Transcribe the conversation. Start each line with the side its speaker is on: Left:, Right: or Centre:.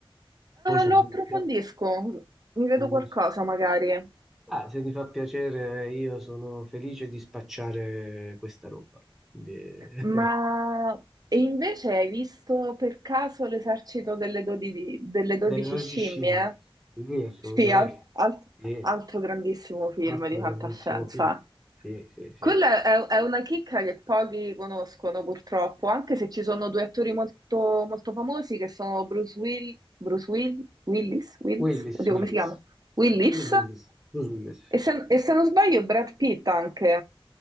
Centre: Poi sono
Right: lo
Centre: gusti,
Right: approfondisco.
Centre: eh,
Right: Mi vedo
Centre: sono gusti.
Right: qualcosa magari.
Centre: Ah, se ti fa piacere, io sono felice di spacciare questa roba. Quindi, <laughs>
Right: Ma... E invece hai visto per caso l'esercito delle, dodi- delle 12
Centre: delle logiche
Right: scimmie?
Centre: scimmie. Sì, assolutamente.
Right: Sì, al- al-
Centre: Sì,
Right: altro grandissimo film
Centre: altro
Right: di fantascienza.
Centre: grandissimo film. Sì, sì, sì.
Right: Quella è, è una chicca che pochi conoscono purtroppo, anche se ci sono due attori molto, molto famosi che sono Bruce Will, Bruce Will, Willis, Wills?
Centre: Willis,
Right: Oddio,
Centre: Willis.
Right: come si chiama? Willis.
Centre: Bruce Willis. Bruce Willis.
Right: E se, e se non sbaglio Brad Pitt anche.